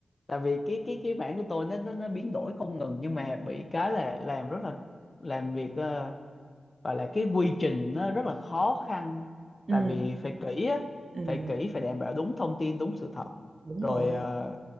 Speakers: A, on the left; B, on the right.
A: tại vì cái cái cái mảng của tôi nó nó nó biến đổi không ngừng nhưng mà bị cái là làm rất là làm việc ờ, gọi là cái quy trình nó rất là khó khăn
B: Ừ.
A: tại vì phải kỹ á
B: Ừ,
A: phải kỹ phải đảm bảo đúng thông tin đúng sự thật
B: đúng
A: rồi
B: rồi.
A: ờ,